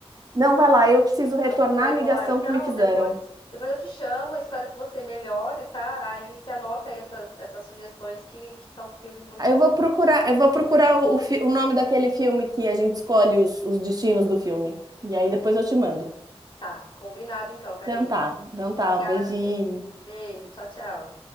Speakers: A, on the right (about 40°); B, on the left (about 50°).
A: Não vai lá, eu preciso retornar
B: Eu tô indo
A: a ligação
B: lá então,
A: que me fizeram.
B: depois, depois eu te chamo, espero que você melhore, tá? Aí você anota aí essas, essas sugestões que, que são filmes muito
A: Eu
B: bons.
A: vou procurar, eu vou procurar o, o fi- o nome daquele filme que a gente escolhe os, os destinos do filme. E aí depois eu te mando.
B: Tá, combinado então, Karina.
A: Então tá, então tá,
B: Obrigada,
A: um beijinho.
B: viu? Beijo, tchau, tchau.